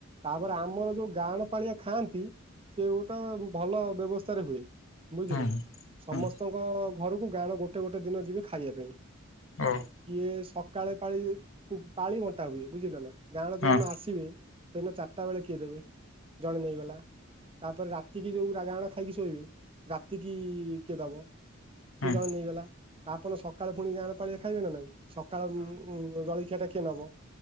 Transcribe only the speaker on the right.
ତାପରେ ଆମର ଯୋଉ ଗାହାଁଣ ପାଳିଆ ଖାଆନ୍ତି ସେ ଗୋଟେ ଭଲ ବ୍ୟବସ୍ଥାରେ ହୁଏ ବୁଝିଲେ
ସମସ୍ତ
ଘରକୁ ଗାଣ ଗୋଟେ ଗୋଟେ ଦିନ ଯିବେ ଖାଇବା ପାଇଁ
କିଏ ସକାାଳେ ପାଳି ପାଳି ବଣ୍ଟା ହୁଏ ବୁଝିଲ ନା ଗାଁଣ
ଯୋଉନ ଆସିବେ ସେଦିନ ଚାରିଟା ବେଳେ କିଏ ଦେବେ ଜଣେ ନେଇଗଲା ତାପରେ ରାତି କିି ଯୋଉ ରାାଗା ଆଣ ଖାଇକି ଶୋଇବେ ରାତିକି କିଏ ଦବ
ସିଏ ଜଣ ନେଇଗଲା ତାପଣ ସକାଳେ ପୁଣିିକି ଆଣପ ପାଳିଆ ଖାଇବେ ନା ନାଇଁ ସକାଳ ଉ ଜଳଖିଆ ଟା କିଏ ନବ